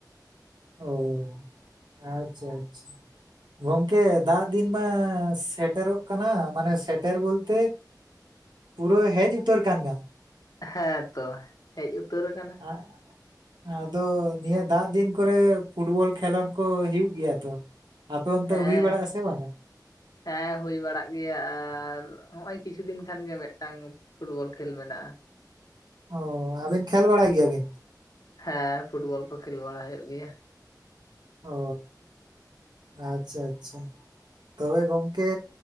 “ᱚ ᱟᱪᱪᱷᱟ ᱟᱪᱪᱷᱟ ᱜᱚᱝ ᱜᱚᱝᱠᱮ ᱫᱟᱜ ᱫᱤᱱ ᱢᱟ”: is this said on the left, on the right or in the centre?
Right